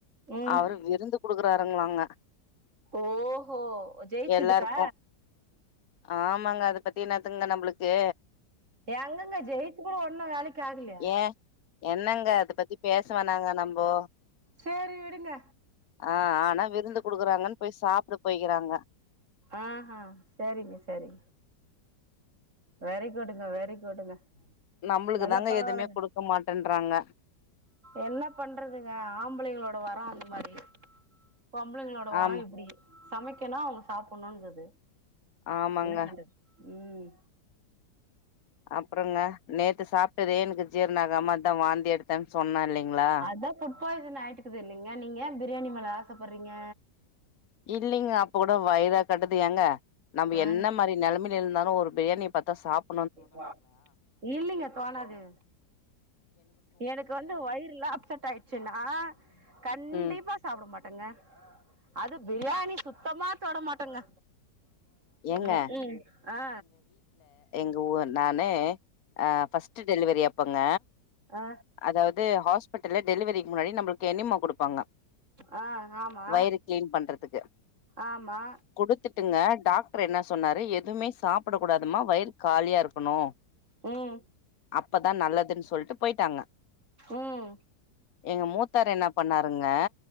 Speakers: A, on the right; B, on the left.
A: ம்
B: அவரு விருந்து குடுக்குறாருங்களாங்க
A: ஓஹோ ஜெயிச்சதுக்கா
B: எல்லாருக்கு ஆமாங்க அத பத்தி என்னாத்துங்க நம்ளுக்கு
A: எங்கங்க ஜெயித்து கூட ஒண்ணும் வேலைக்கு ஆகலயே
B: ங்க என்னங்க அத பத்தி பேசவேனாங்க நம்போ
A: சேரி விடுங்க
B: ஆ ஆனா விருந்து குடுக்கறாங்கன்னு போய் சாப்ட போய்கிறாங்க
A: ஆ ஹா செரிங்க செரி வெரி குட்டுங்க வெரி குட்டுங்க
B: நம்ளுக்கு
A: நல்லா
B: தாங்க
A: பரவால்லங்க
B: எதுமே குடுக்க மாட்டேன்றாங்க
A: என்ன பண்றதுங்க ஆம்பளங்களோட வரோ அந்த மாறி பொம்பளைங்களோட வரோ
B: ஆமா
A: இப்டி சமைக்கணு அவங்க சாப்புட்ணுன்னு இருக்குது
B: ஆமாங்க.
A: என்ன பண்றது ம்
B: அப்றங்க நேத்து சாப்ட்டதே எனக்கு ஜீரண ஆகமா அத்தா வாந்தி எடுத்தன்னு சொன்ன இல்லைங்ளா
A: அதா ஃபுட் பாய்சன் ஆயிட்டுக்குது இல்லைங்க நீங்க ஏன் பிரியாணி மேல ஆசப்பட்றீங்க
B: இல்லைங்க அப்ப கூட வயிறா கட்டுது ஏங்க நம்ப
A: ஆ
B: என்ன மாறி நெலமைல இருந்தாலு ஒரு பிரியாணி பாத்தா சாப்
A: சாப்டாச்சா இல்லைங்க கோணாது எனக்கு வந்து வயிறுல்லா அப்செட் ஆயிடுச்சுன்னா கண்டிப்பா
B: ம்.
A: சாப்ட மாட்டங்க அதும் பிரியாணி சுத்தமா தொட மாட்டங்க
B: ஏங்க
A: ம் ம் ஆ
B: த்தோ நானு அ ஃபர்ஸ்ட் டெலிவரி அப்பங்க
A: ஆ
B: அதாது ஹாஸ் பிட்டல்ல டெலிவரிக்கு முன்னாடி நம்ளுக்கு எனிமா குடுப்பாங்க
A: ஆ ஆ ஆமா
B: வயிறு க்ளீன் பண்றதுக்கு
A: ஆமா
B: குடுத்துட்டுங்க டாக் ரு என்ன சொன்னாரு எதுமே சாப்படக் கூடாதுமா வயிறு காலியா இருக்கணு
A: ம்
B: அப்பதா நல்லதுன்னு சொல்ட்டு போய்ட்டாங்க
A: ம்
B: எங்க மூத்தாரு என்னா பண்ணாருங்க